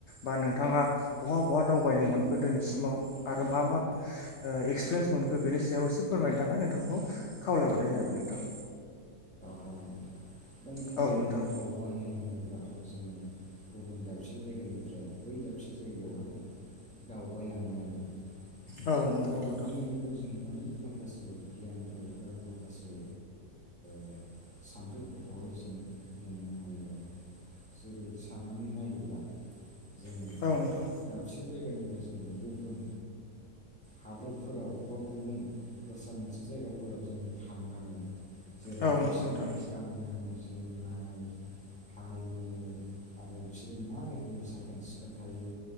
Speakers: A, on the left; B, in the centre.
A: बा नोंथाङा बहा बहा दावबायनो मोनखो दिनैसिमाव आरो मा मा? एक्सपिरियेन्स मोनखो बेनि सायाव एसे फोरमायनो थाखाय नोंथांखौ खावलायहरनाय जाहैबाय नोंथाङा
B: हागोना ओमफ्राय गिबियावनो
A: औ नोंथां
B: दावबायनाय होयो। जोङो गुबुन दाबसे जायगानिफ्राय बै दाबसे जायगायावहाय दावबायलांनाय आरो
A: औ
B: जोङो
A: नंगौ
B: दावबायनायनि
A: नोंथां
B: बे जों अनेक माखासे गियानफोर आरो माखासे। आरो सान्फौफोरखौहाय जों मोननो हायो आरो जेरै साननानै नायोब्ला जोङो।
A: औ नोंथां
B: दाबसे जायगानिफ्राय जों गुबुन हादरफोराव बा गुबुन दस्रा मोनसे जायगाफोराव जोङो थांनानै जेराव
A: औ
B: बिसोरनि
A: नंगौ नोंथां
B: गाननाय-जोमनाय हारिमु आरो बिसोरो मा रोखोमनि साखोन-सिखोन थायो